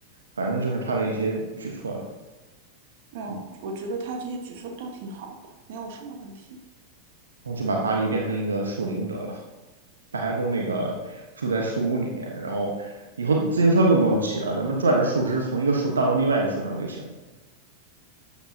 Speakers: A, on the right (about 75°); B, on the right (about 50°).
A: 反正就是他的一些举措了，
B: 对啊，
A: 嗯，
B: 我觉得他这些举措都挺好的，没有什么问题。
A: 然后就把巴黎变成一个树林得了，大家都那个住在树屋里面，然后以后自行车都不用骑了，咱们拽着树枝从一个树荡到另外一个树上就行了，